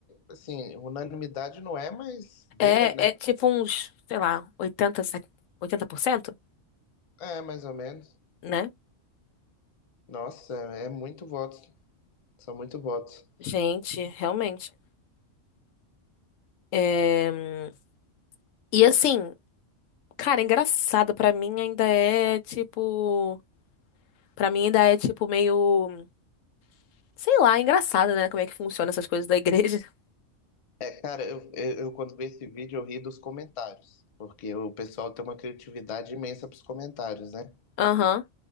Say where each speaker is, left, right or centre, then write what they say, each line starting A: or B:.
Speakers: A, on the left; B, on the left.
A: assim, unanimidade não é, mas beira,
B: É,
A: né?
B: é tipo uns, sei lá, oitenta se- 80%
A: É, mais ou menos.
B: né?
A: Nossa, é muito votos. São muito votos.
B: Gente, realmente. É, E assim, cara, engraçado pra mim ainda é tipo, Pra mim ainda é tipo meio, sei lá, engraçado, né? Como é que funciona essas coisas da igreja? <laughs>
A: É, cara, eu, eu, eu quando vi esse vídeo eu ri dos comentários, porque o pessoal tem uma criatividade imensa pros comentários, né?
B: Aham.